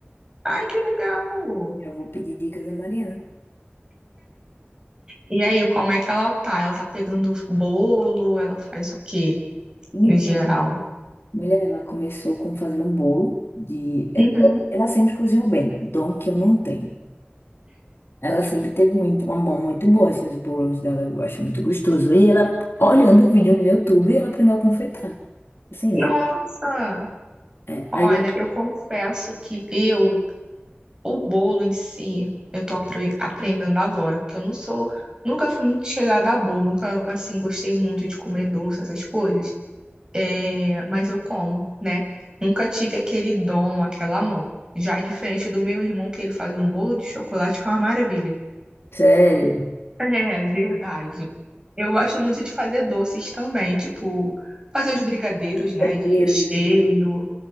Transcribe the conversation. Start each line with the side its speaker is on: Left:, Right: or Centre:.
Right: Ai, que legal!
Left: Já vou pedir dicas a Mariana.
Right: E aí, como é que ela tá? Ela tá pegando bolo? Ela faz o quê,
Left: Então,
Right: no geral?
Left: mulher, ela começou com fazendo bolo de... é,
Right: Uhum.
Left: Ela sempre cozinhou bem, dom que eu não tenho. Ela sempre teve muito, uma mão muito boa, assim, os bolos dela, eu acho muito gostoso. E ela, olhando o vídeo no YouTube, ela aprendeu a confeitar, assim,
Right: Nossa!
Left: né? É,
Right: Olha,
Left: aí,
Right: eu confesso que eu, o bolo em si, eu tô apre- aprendendo agora, porque eu não sou, nunca fui muito chegada a bolo, nunca, assim, gostei muito de comer doce, essas coisas. É, mas eu como, né? Nunca tive aquele dom, aquela mão. Já é diferente do meu irmão, que ele faz um bolo de chocolate que é uma maravilha.
Left: sério,
Right: <laughs> É verdade. Eu gosto muito de fazer doces também, tipo, fazer os brigadeiros, né,
Left: brincadeiras.
Right: de recheio,
Left: assim,